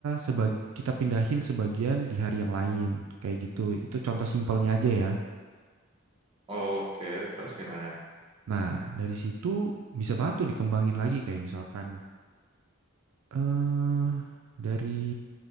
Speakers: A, on the right; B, on the right.
A: sebag kita pindahin sebagian di hari yang lain kayak gitu. Itu contoh simpelnya aja ya.
B: Oke, terus gimana?
A: Nah, dari situ bisa banget tuh dikembangin lagi kayak misalkan eh dari